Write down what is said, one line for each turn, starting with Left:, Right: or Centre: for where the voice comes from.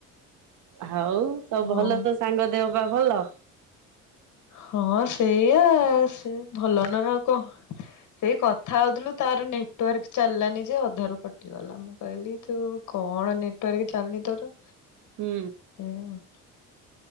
Right: ହଉ ସବୁ
Left: ହଁ
Right: ଭଲ ତ ସାଙ୍ଗ ଦେହ ପା ଭଲ।
Left: ହଁ ସେଇଆ ସେ ଭଲ ନୁହେଁ ଆଉ କଣ। ସେଇ କଥା ହଉଥିଲୁ ତାର ନେଟୱାର୍କ ଚାଲିଲାନି ଯେ ଅଧାରୁ କଟି ଗଲା। ମୁଁ କହିଲି, ତୁ କଣ ନେଟୱାର୍କ ଚାଲୁନି ତୋର।
Right: ହୁଁ।
Left: ଏହଁ।